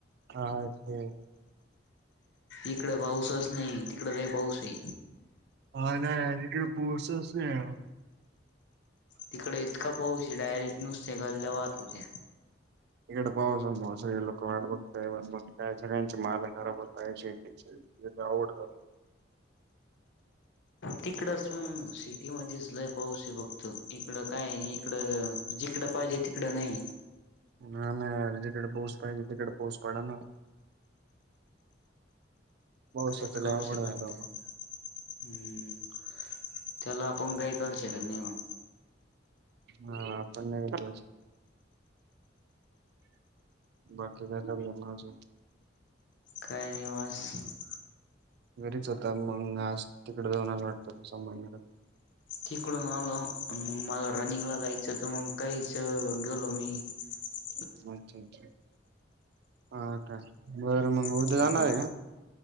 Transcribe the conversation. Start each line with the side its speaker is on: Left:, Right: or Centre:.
Right: हा तेे.
Left: इकड पाऊसच नई, तिकड लई पाऊस ये.
Right: हाना इकडे पाऊसच नहीं यार.
Left: तिकडे इतका पाऊस ये, डायरेक्ट नुसत्या गल्ल्या वाहत होत्या.
Right: इकडे पाउसामुळे सगळे लोक वाढ बघताय, पण काय सगळ्यांची माल खराब होताय शेतीचे. लईच अवघड चालूये.
Left: तिकडच मग सिटी मध्येच लई पाऊस ये बघत इकड काय इकडं. जिकडं पाहिजे, तिकड नई.
Right: हा ना यार जिकडे पाऊस पाहिजे, तिकडे पाऊस पडा ना. <inaudible>
Left: काही करू
Right: लय अवघड
Left: शकन
Right: झालं
Left: नाही,
Right: बाबा.
Left: हम्म त्याला. कोण काय शकत नई मग.
Right: हा आपण नइ करू शकत. बाकी काय चालाय मग अजून?
Left: काय नई बस.
Right: घरीच होता, मग आज तिकडे जाऊन आला वाटतं संभाजीनगर.
Left: तिकडून आलो, मग मला रनिंग ला जायचं त मग काहीच गेलो मी. हो <unintelligible> <inaudible>
Right: <unintelligible> ्छच् हा काय, बर मग
Left: हम्म
Right: उद्या जाणार ये का?